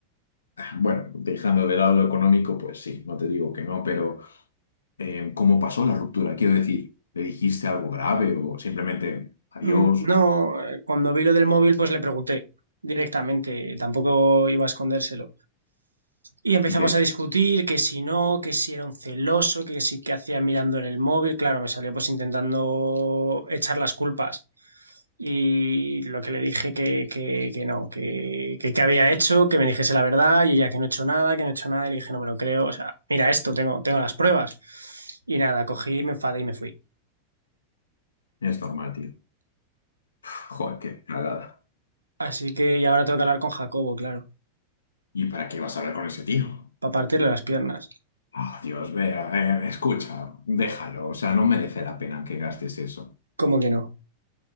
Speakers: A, on the left; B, on the right.
A: Bueno, dejando de lado lo económico, pues sí, no te digo que no, pero... eh, cómo pasó la ruptura. Quiero decir, ¿le dijiste algo grave o simplemente adiós?
B: Mm, No, eh, cuando vi lo del móvil, pues le pregunté directamente, tampoco iba a escondérselo. Y empezamos
A: Y que
B: a discutir que si no, que si era un celoso, que si que hacía mirando en el móvil. Claro, me salió pues intentando echar las culpas. Y lo que le dije que, que, que no, que, que, que había hecho, que me dijese la verdad, y ella que no he hecho nada, que no he hecho nada, y le dije, no me lo creo, o sea, mira esto, tengo, tengo las pruebas. Y nada, cogí, me enfadé y me fui.
A: es normal, tío. Joder, qué cagada.
B: Así que y ahora tengo que hablar con Jacobo, claro.
A: ¿Y para qué vas a hablar con ese tío?
B: para partirle las piernas.
A: Ah, Dios, vea, eh, escucha, déjalo. O sea, no merece la pena que gastes eso.
B: ¿Cómo que no?